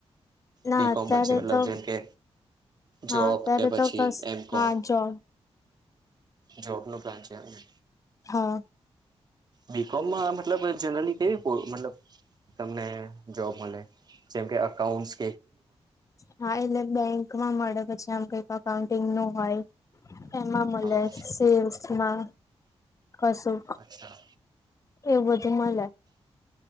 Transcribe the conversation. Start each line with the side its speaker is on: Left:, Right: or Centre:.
Left: ના
Right: બીકોમ
Left: અત્યારે
Right: પછી મતલબ
Left: તો
Right: જેમ કે
Left: હા
Right: જોબ
Left: અત્યારે
Right: કે પછી
Left: તો બસ
Right: એમ
Left: હા
Right: કોમ
Left: જો.
Right: જોબ ન પ્લાન છે એમને.
Left: હા.
Right: બીકોમમાં મતલબ જનરલી કેવીલબ તમને જોબ મળે જેમ કે અઉન્ટ
Left: હા એટલે બેંક માં મળે પછી આમ કઈ. <inaudible> નું હોય એમાં મળે
Right: હા
Left: સેલ્સમાં કશું
Right: અચ્છા
Left: એવું બધું મળે.